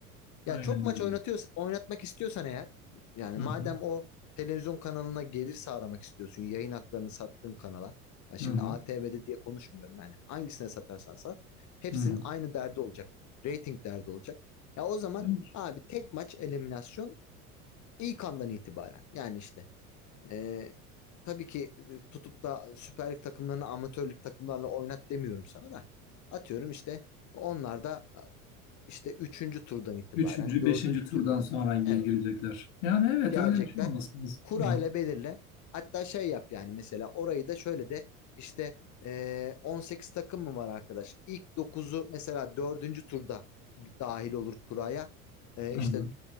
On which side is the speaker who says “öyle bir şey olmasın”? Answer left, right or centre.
Left